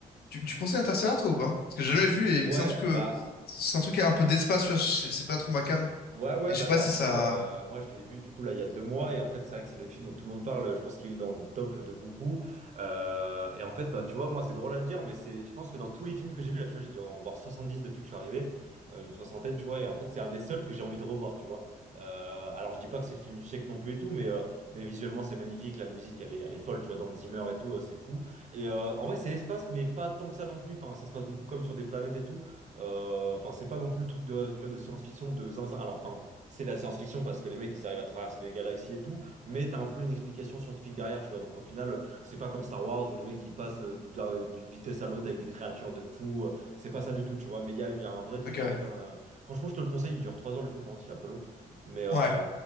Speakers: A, on the left; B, on the right.
A: tu, tu conseilles Interstellar, toi, ou pas? Parce que j'ai jamais vu, et
B: ouais,
A: vu que c'est un truc, euh,
B: bah,
A: c'est un truc qui a un peu d'espace, tu vois, c'est c'est pas trop ma came.
B: Ouais, ouais,
A: Et je
B: bah
A: sais pas
B: alors
A: si
B: tu
A: ça...
B: vois, euh, moi je l'ai vu du coup là il y a deux mois, et en fait c'est vrai que c'est le film dont tout le monde parle, je pense qu'il est dans le top de beaucoup. Euh, et en fait, bah tu vois, moi c'est drôle à dire, mais c'est, je pense que dans tous les films que j'ai vu là, tu vois, j'ai dû en voir 70 depuis que je suis arrivé, euh, une soixantaine, tu vois, et en fait c'est un des seuls que j'ai envie de revoir, tu vois. Euh, alors je dis pas que c'est le film du siècle non plus et tout, mais, euh, mais visuellement c'est magnifique, la musique elle est, elle est folle, tu vois, Dans Zimmer et tout, euh, c'est fou. Et euh, en vrai c'est l'espace, mais pas tant que ça non plus, enfin ça se passe beaucoup comme sur des planètes et tout. Euh, Enfin, c'est pas non plus le truc de, tu vois, de science-fiction de zinzin. Alors, enfin, c'est de la science-fiction parce que les mecs, ils arrivent à traverser des galaxies et tout, mais t'as un peu une explication scientifique derrière, tu vois. Donc, au final, c'est pas comme Star Wars où les mecs, ils passent euh, d'un- d'une vitesse à l'autre avec des créatures de fous. euh, C'est pas ça du tout, tu vois. Mais il y a, il y a un vrai truc
A: Ok,
B: avec
A: ouais.
B: un. Franchement, je te le conseille, il dure 3 heures le film, par contre, il est un peu long. Mais, euh,
A: Ouais,